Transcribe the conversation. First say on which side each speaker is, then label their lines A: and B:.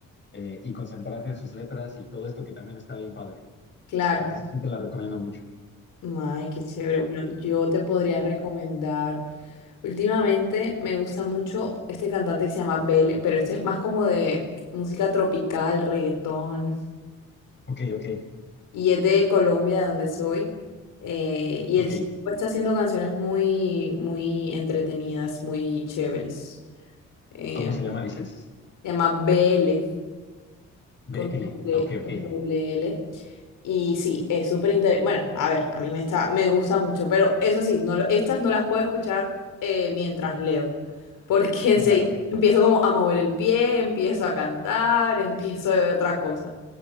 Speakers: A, on the left; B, on the left.
A: eh, y concentrarte en sus letras y todo esto que también está bien padre.
B: claro.
A: Este, entonces sí te la recomiendo mucho.
B: Ay, qué chévere. Bueno, yo te podría recomendar. Últimamente me gusta mucho este cantante que se llama Bele, pero este es más como de música tropical, reggaetón,
A: Ok, ok,
B: y es de Colombia, de donde soy. eh, y
A: ok.
B: el chico está haciendo canciones muy, muy entretenidas, muy chéveres. Eh,
A: ¿Cómo se llama, dices?
B: se llama Bele
A: B
B: Con
A: L.
B: doble,
A: Ah, ok,
B: con
A: ok.
B: doble L. Y sí, es súper interesante. Bueno, a ver, a mí me está, me gusta mucho, pero eso sí, no, lo- estas no las puedo escuchar eh, mientras leo, <laughs> porque enseguida
A: Claro.
B: empiezo como a mover el pie, empiezo a cantar, empiezo de otra cosa.